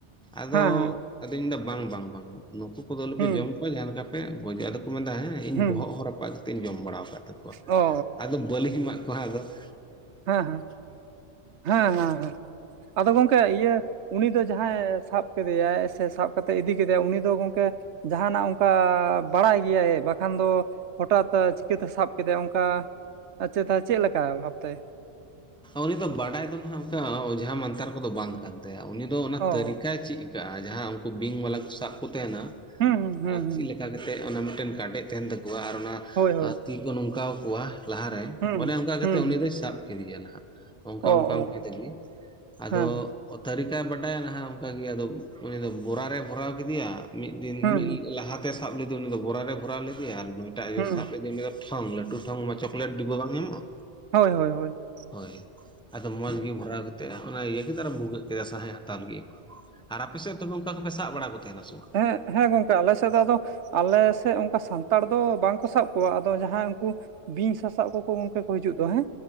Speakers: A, in the centre; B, on the right.
A: ᱟᱫᱚ
B: ᱦᱮᱸ ᱦᱮᱸ
A: ᱟᱫᱚᱫᱩᱧ ᱢᱮᱱᱫᱟ ᱵᱟᱝ ᱵᱟᱝ ᱵᱟᱝ ᱱᱩᱠᱩ ᱠᱚᱫᱚ ᱟᱞᱚᱯᱮ
B: ᱦᱩᱸ
A: ᱡᱚᱢ <inaudible> ᱟᱫᱚ ᱠᱚ ᱢᱮᱱ ᱮᱫᱟ ᱦᱮᱸ ᱤᱧ
B: ᱦᱩᱸ
A: ᱵᱚᱦᱚᱜ ᱦᱚ ᱨᱟᱯᱟᱜ ᱠᱟᱛᱮᱤᱧ ᱡᱚᱢ ᱵᱟᱲᱟᱣ ᱟᱠᱟᱫ ᱛᱟᱯᱚᱨ
B: ᱚ
A: ᱟᱫᱚ ᱵᱟᱹᱞᱤ ᱮᱢᱟᱜ ᱠᱚᱣᱟᱦᱟᱸ ᱟᱫᱚ ᱾
B: ᱦᱮᱸ ᱦᱮᱸ ᱦᱮᱸ ᱦᱮᱸ ᱟᱫᱚ ᱜᱚᱝᱠᱮ ᱤᱭᱟᱹ? ᱩᱱᱤ ᱫᱚ ᱡᱟᱦᱟᱸᱭ ᱥᱟᱵ ᱠᱮᱫᱮᱭᱭᱟ ᱥᱮ ᱥᱟᱵ ᱠᱟᱛᱮ ᱤᱫᱤ ᱠᱮᱫᱮᱭᱟ ᱩᱱᱤ ᱫᱚ ᱜᱚᱢᱠᱮ ᱡᱟᱦᱟᱱᱟᱜ ᱚᱱᱠᱟ ᱵᱟᱲᱟᱭ ᱜᱮᱭᱟᱭ ᱵᱟᱠᱷᱟᱱ ᱫᱚ ᱦᱚᱴᱟ ᱪᱤᱠᱟᱹᱛᱮ ᱥᱟᱵ ᱠᱮᱫᱮᱟᱭ ᱚᱱᱠᱟ ᱟᱪᱮᱛ ᱪᱮᱫ ᱞᱮᱠᱟ ᱚᱵᱷᱟᱵ ᱛᱮ?
A: ᱩᱱᱤ ᱫᱚ ᱵᱟᱰᱟᱭ ᱫᱚ ᱱᱟᱜ ᱚᱱᱠᱟ ᱚᱡᱷᱟ ᱢᱟᱱᱛᱟᱨ ᱠᱚᱫᱚ ᱵᱟᱝ ᱠᱟᱱ ᱛᱟᱭᱟ ᱩᱱᱤ ᱫᱚ ᱚᱱᱟ
B: ᱚ
A: ᱛᱟᱹᱨᱤᱠᱟᱭ ᱪᱮᱫ ᱠᱟᱜ-ᱟ ᱡᱟᱦᱟᱸ ᱩᱱᱠᱩ ᱵᱤᱧ ᱵᱟᱞᱟ ᱠᱚ ᱥᱟᱵ ᱠᱚ ᱛᱟᱦᱮᱱᱟ ᱾
B: ᱦᱩᱸ ᱦᱩᱸ ᱦᱩᱸ
A: ᱟᱨ
B: ᱦᱩᱸ
A: ᱪᱮᱫ ᱞᱮᱠᱟ ᱠᱟᱛᱮᱫ ᱚᱱᱟ ᱢᱤᱫᱴᱮᱱ ᱠᱟᱰᱮᱡ ᱛᱟᱦᱮᱱ ᱛᱟᱠᱚᱣᱟ ᱟᱨ ᱚᱱᱟ
B: ᱦᱳᱭ ᱦᱳᱭ
A: ᱛᱤ ᱠᱚ ᱱᱚᱝᱠᱟ ᱠᱚᱣᱟ ᱾ ᱞᱟᱦᱟᱨᱮ
B: ᱦᱩᱸ
A: ᱚᱱᱮ ᱚᱱᱠᱟ ᱠᱟᱛᱮᱜ
B: ᱦᱩᱸ
A: ᱩᱱᱤ ᱫᱚᱭ ᱥᱟᱵ ᱠᱮᱫᱮᱭᱟ ᱱᱟᱦᱟᱸᱜ᱾ ᱚᱱᱠᱟ
B: ᱚ
A: ᱚᱱᱠᱟ
B: ᱚ
A: ᱚᱱᱠᱟ ᱛᱮᱜᱮ, ᱟᱫᱚ
B: ᱦᱮᱸ ᱦᱮᱸ
A: ᱛᱟᱹᱨᱤᱠᱟᱭ ᱵᱟᱰᱟᱭᱟ ᱱᱟᱦᱟᱸᱜ ᱚᱱᱠᱟᱜᱮ ᱟᱫᱚ ᱩᱱᱤ ᱫᱚ ᱵᱚᱨᱟᱨᱮᱭ ᱵᱷᱚᱨᱟᱣ ᱠᱮᱫᱮᱭᱟ ᱾ ᱢᱤᱫ ᱫᱤᱱ
B: ᱦᱩᱸ
A: ᱢᱤᱫ
B: ᱦᱩᱸ
A: ᱞᱟᱦᱟᱛᱮ ᱥᱟᱵ ᱞᱮᱫᱮ ᱩᱱᱤ ᱫᱚ ᱵᱚᱨᱟᱨᱮᱭ ᱵᱷᱚᱨᱟᱣ ᱞᱮᱫᱮᱭᱟ ᱟᱨ ᱱᱚᱭᱴᱟᱜ ᱤᱭᱟᱹᱭ
B: ᱦᱩᱸ
A: ᱥᱟᱵ ᱞᱮᱫᱮ ᱩᱱᱤ ᱫᱚ ᱴᱷᱚᱝ ᱞᱟᱹᱰᱩ ᱴᱦᱚᱝ ᱢᱟ ᱪᱚᱠᱞᱮᱴ ᱰᱤᱵᱟ ᱵᱟᱝ ᱧᱟᱢᱚᱜ-ᱟ᱾
B: ᱦᱳᱭ ᱦᱳᱭ ᱦᱳᱭ ᱾
A: ᱦᱳᱭ ᱟᱫᱚ ᱢᱚᱸᱡᱽ ᱜᱮ ᱵᱷᱚᱨᱟᱣ ᱠᱟᱛᱮᱫ ᱚᱱᱟ ᱤᱭᱟᱹ ᱠᱮᱫᱟ ᱵᱷᱩᱜᱟᱹᱜ ᱠᱮᱫᱟ ᱥᱟᱸᱦᱮ ᱦᱟᱛᱟᱣ ᱞᱟᱹᱜᱤᱫᱜ᱾ ᱟᱨ ᱟᱯᱮ ᱥᱮᱫ ᱛᱚᱵᱮ ᱚᱱᱠᱟ ᱠᱚᱯᱮ ᱥᱟᱵ ᱵᱟᱲᱟ ᱠᱚ ᱛᱟᱦᱮᱱᱟ ᱥᱮ ᱵᱟᱝ?
B: ᱮᱸ ᱦᱮᱸ ᱜᱚᱝᱠᱮ ᱟᱞᱮ ᱥᱮᱫ ᱫᱚ ᱟᱫᱚ ᱟᱞᱮ ᱥᱮᱫ ᱚᱱᱠᱟ ᱥᱟᱱᱛᱟᱲ ᱫᱚ ᱵᱟᱝᱠᱚ ᱥᱟᱵ ᱠᱚᱣᱟ, ᱟᱫᱚ ᱡᱟᱦᱟᱸᱭ ᱩᱱᱠᱩ ᱵᱤᱧ ᱥᱟᱥᱟᱵ ᱠᱚᱠᱚ ᱜᱚᱝᱠᱮ ᱠᱚ ᱦᱤᱡᱩᱜ ᱫᱚ ᱦᱮᱸ